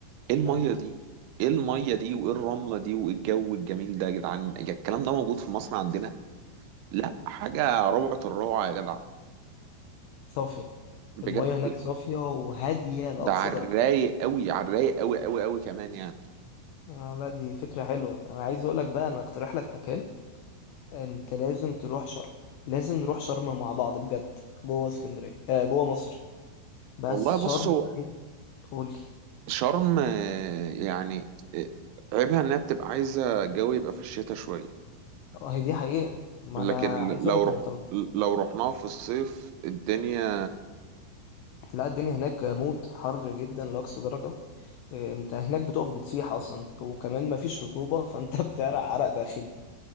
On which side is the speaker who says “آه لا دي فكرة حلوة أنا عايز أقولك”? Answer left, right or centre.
Left